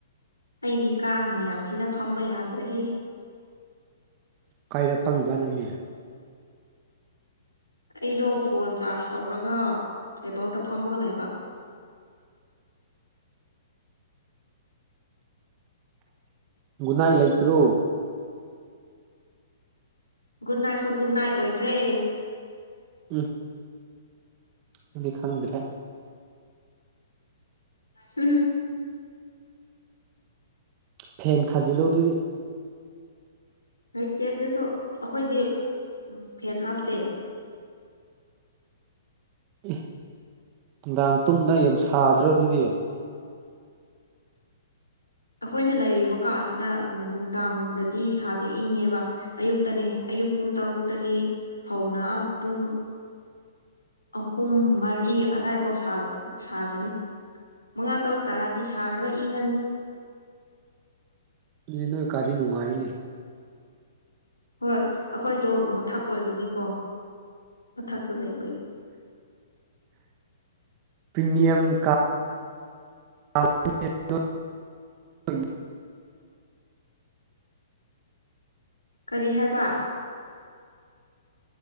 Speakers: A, on the left; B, on the right.
A: ꯑꯩꯗꯤ ꯀꯥꯡ ꯃꯌꯥꯝꯁꯤꯅ ꯐꯝꯕ ꯌꯥꯗ꯭ꯔꯦꯍꯦ
B: ꯀꯥꯏꯗ ꯐꯝꯃꯤꯕ ꯅꯪꯗꯤ
A: ꯑꯩꯗꯣ ꯐꯣꯟ ꯆꯥꯔꯖ ꯇꯧꯔꯒ ꯇꯦꯕꯜꯗ ꯐꯝꯃꯒ ꯂꯩꯕ
B: ꯒꯨꯠꯅꯥꯏ ꯂꯩꯇ꯭ꯔꯣ
A: ꯒꯨꯠ ꯅꯥꯏꯠꯁꯨ ꯒꯨꯠ ꯅꯥꯏꯠ ꯑꯣꯏꯈ꯭ꯔꯦ
B: ꯎꯝ ꯑꯗꯨꯗꯤ ꯈꯪꯗ꯭ꯔꯦ
A: ꯍꯝ
B: ꯐꯦꯟ ꯊꯥꯖꯤꯜꯂꯣ ꯑꯗꯨꯗꯤ
A: ꯂꯩꯩꯇꯦ ꯑꯗꯨꯁꯨ ꯑꯈꯣꯏꯗꯤ ꯎꯝ ꯐꯦꯟ ꯍꯥꯞꯇꯦ
B: ꯑꯦ ꯅꯨꯡꯗꯥꯡ ꯇꯨꯝꯗ ꯌꯥꯝ ꯁꯥꯗ꯭ꯔꯣ ꯑꯗꯨꯗꯤ
A: ꯑꯩꯈꯣꯏꯅ ꯂꯩꯔꯤꯕ ꯀꯥꯁꯤꯅ ꯎꯝ ꯅꯨꯡꯗꯥꯡꯗꯗꯤ ꯏꯁꯥꯗꯦ ꯏꯪꯉꯦꯕ ꯑꯌꯨꯛꯇꯅꯦ ꯑꯌꯨꯛ ꯄꯨꯡ ꯇꯔꯨꯛꯇꯒꯤ ꯍꯧꯅ ꯄꯨꯡ ꯑꯍꯨꯝ ꯃꯔꯤ ꯑꯗꯥꯏ ꯐꯥꯎ ꯁꯥꯒ ꯁꯥꯒꯅꯤ ꯃꯉꯥ ꯇꯔꯨꯛ ꯇꯥꯔꯗꯤ ꯁꯥꯔꯔꯣꯏ ꯏꯪꯉꯅꯤ
B: ꯑꯗꯨꯗꯤ ꯅꯣꯏ ꯀꯥꯗꯤ ꯅꯨꯡꯉꯥꯏꯅꯦ
A: ꯍꯣꯏ ꯑꯩꯈꯣꯏꯗꯣ ꯃꯊꯛ ꯑꯣꯏꯕꯒꯤꯀꯣ ꯃꯥꯊꯛꯇ ꯂꯩ
B: ꯄꯔꯤꯃꯤꯌꯝ ꯀꯥ <inaudible>
A: ꯀꯔꯤ ꯍꯥꯏꯕ